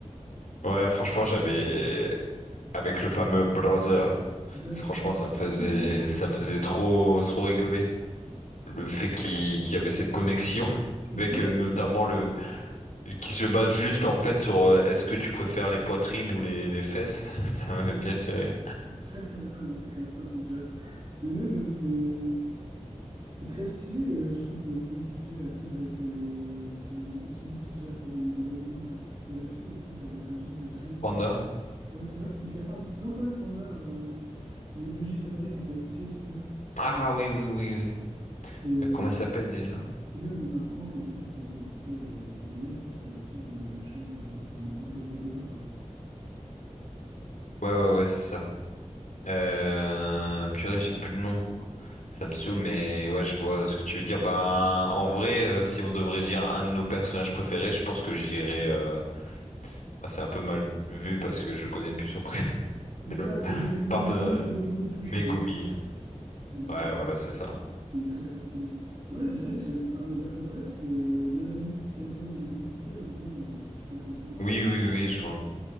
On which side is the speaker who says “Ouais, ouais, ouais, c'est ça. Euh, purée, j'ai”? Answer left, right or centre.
Left